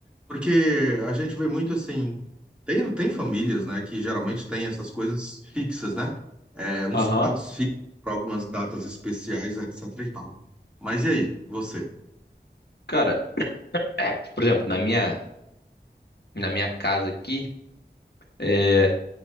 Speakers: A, in the centre; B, on the left (about 65°).
A: Porque a gente vê muito assim, tem, tem famílias, né, que geralmente tem essas coisas fixas, né? É, uns
B: Aham.
A: pratos fixos para algumas datas especiais, etc e tal. Mas e aí, você?
B: Cara, é, por exemplo, na minha na minha casa aqui, é,